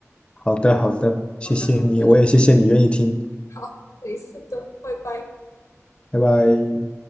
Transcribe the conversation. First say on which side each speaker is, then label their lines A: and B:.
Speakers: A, on the left; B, on the left.
A: 好的，好的，谢谢你，
B: 好的好的，
A: 我也谢谢你愿意听，
B: 好，没事的，拜拜。
A: 拜拜。